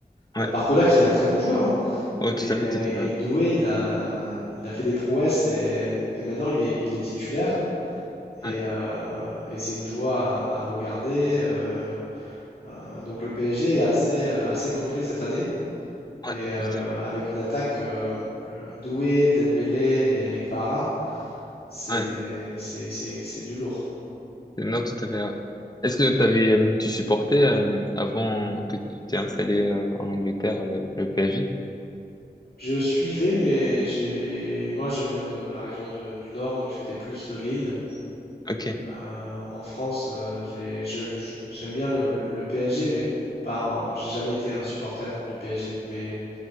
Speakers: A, on the left (about 25°); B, on the left (about 70°).
A: ouais,
B: Euh, Barcola qui est un très bon joueur, hein.
A: oh, tout
B: et,
A: à fait, tout à fait. Ouais,
B: et Doué, il a, il a fait des prouesses et, et maintenant il est, il est titulaire. Et,
A: ouais,
B: euh, et c'est une joie à, à regarder. euh, euh, donc le PSG est assez, euh, assez complet cette année.
A: ouais,
B: Et euh,
A: tout à fait, tout
B: avec
A: à fait.
B: une attaque euh, euh, Doué, Dembélé et Kvara, c'est
A: Ouais,
B: c'est- c'est- c'est du lourd.
A: Non, tout à fait. ouais. Est-ce que t'avais, euh, tu supportais euh, avant que tu t'es installé euh, en Angleterre le, le PSG?
B: Je suivais, mais j'ai moi je viens de la région de- du Nord, donc j'étais plus euh, Lille.
A: Ok,
B: Euh, en France, euh, j'ai, je- je- j'aime bien le, le- le PSG, mais pas, un- j'ai jamais été un supporter du PSG, mais